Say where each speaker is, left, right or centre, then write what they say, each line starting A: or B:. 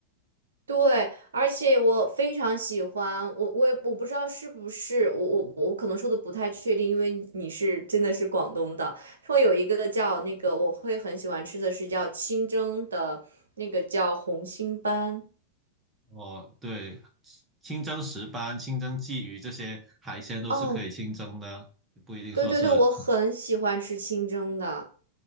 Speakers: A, on the right; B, on the right.
A: 对，而且我非常喜欢，我我也我不知道是不是我我我可能说的不太确定，因为你是真的是广东的，说有一个叫那个我会很喜欢吃的是叫清蒸的那个叫红心斑。
B: 哦，对，清蒸石斑、清蒸鲫鱼这些海鲜都是可以清蒸的，
A: 哦，
B: 不一定说是。
A: 对对对，我很喜欢吃清蒸的，